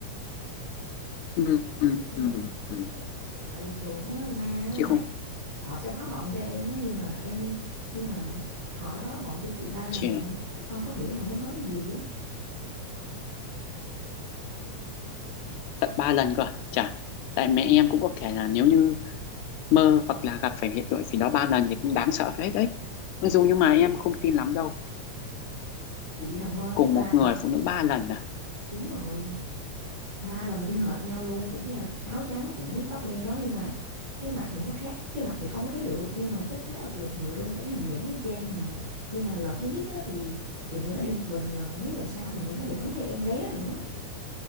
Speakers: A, on the left (about 80°); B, on the right (about 60°).
A: ừ, ừ,
B: nhưng mà chị
A: ừ.
B: tại vì thường á ma á
A: chị
B: mà
A: không
B: họ sẽ báo mộng cho em á nhưng mà em nhưng mà họ đã báo mộng cho chị ba lần
A: chị
B: rồi nhưng mà chị không có hiểu họ muốn nói cái gì á
A: tận ba lần cơ à? chả tại mẹ em cũng có kể là nếu như mơ hoặc là gặp phải hiện tượng gì đó ba lần thì cũng đáng sợ phết đấy mặc dù nhưng mà em không tin lắm đâu
B: chị nằm mơ thấy
A: cùng
B: ba
A: một người
B: lần
A: phụ nữ ba lần à
B: đúng rồi ba lần y hệt nhau luôn cũng là áo trắng cũng tóc đen đó nhưng mà cái mặt thì nó khác cái mặt thì không có thấy được nhưng mà chắc chắn là cùng một người luôn tại cái hình dáng nó y chang hà nhưng mà lần thứ nhất á, thì thì người đó đi một mình lần mấy lần sau thì người đó dẫn theo em bé nữa